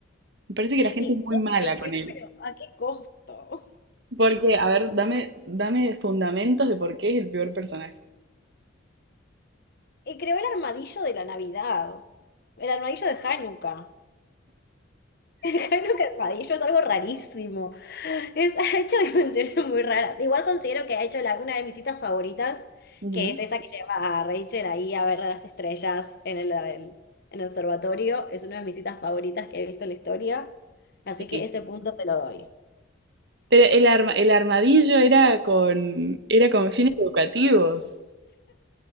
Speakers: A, on the right (about 55°); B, on the left (about 50°).
A: Me parece que
B: sí,
A: la gente es muy
B: puede
A: mala
B: existir,
A: con él.
B: pero ¿a qué costo?
A: Porque, a ver, dame, dame fundamentos de por qué es el peor personaje.
B: Y creó el armadillo de la Navidad. El armadillo de Hanukkah. <laughs> Jano Carpadillo es algo rarísimo. Es, <laughs> ha hecho dimensiones muy raras. Igual considero que ha hecho la- una de mis citas favoritas,
A: Ujú,
B: que es esa que lleva a Rachel ahí a ver a las estrellas en el, el- en el observatorio. Es una de mis citas favoritas que he visto en la historia. Así
A: Sí.
B: que ese punto te lo doy.
A: Pero el arma- el armadillo era con, era con fines educativos.